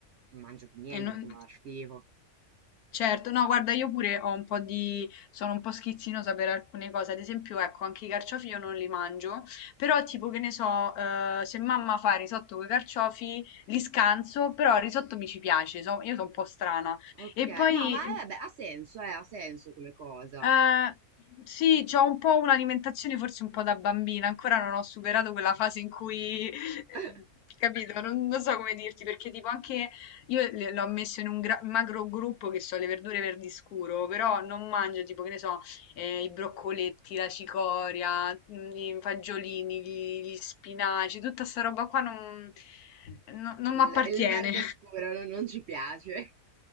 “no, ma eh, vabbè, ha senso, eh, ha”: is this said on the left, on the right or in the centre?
Right